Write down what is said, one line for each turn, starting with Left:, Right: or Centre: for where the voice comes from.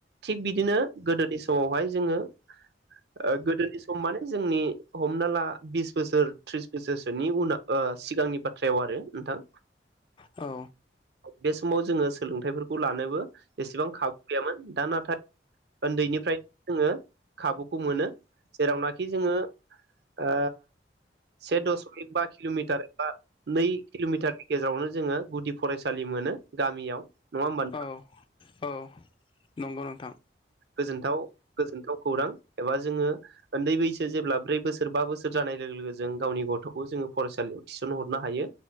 Right: थिग बिदिनो गोदोनि समावहाय जोंङो ओ गोदोनि सम माने जोंनि हमना ला बिस बोसोर त्रिस बोसोरसोनि उनाव ओ सिगांनि बाथ्रायाव आरो नोंथां
Left: औ
Right: बे समाव जोंङो सोलोंथाइ फोर खौ लानोबो एसेबां खाबु गैयामोन दा नाथाय ओन्दैनिफ्राय जोंङो खाबुखौ मोनो जेरावनाखि जोंङो ओ से दसमिक बा किल'मिटार एबा नै किल'मिटारनि गेजेरावनो जोंङो गुदि फरायसालि मोनो गामियाव। नंङा होमबा?
Left: औ औ नंगौ नोंथां
Right: गोजनथाव गोजोनथाव खौरां एबा जोंङो ओन्दै बैसो जेब्ला ब्रै बोसोर बा बोसोर जानाय लोगो लोगो जों गावनि गथ'खौ जोंङो फरायसालियाव थिसन हरनो हायो।